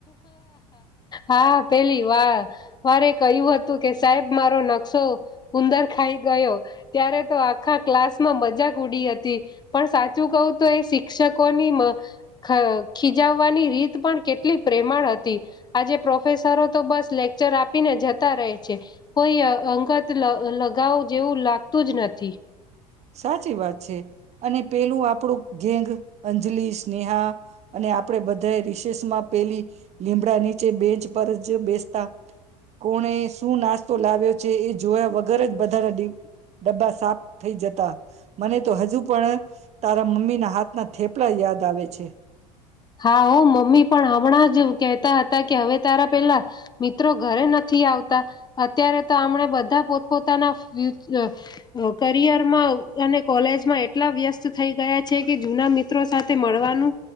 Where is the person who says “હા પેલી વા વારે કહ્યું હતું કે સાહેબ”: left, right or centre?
Left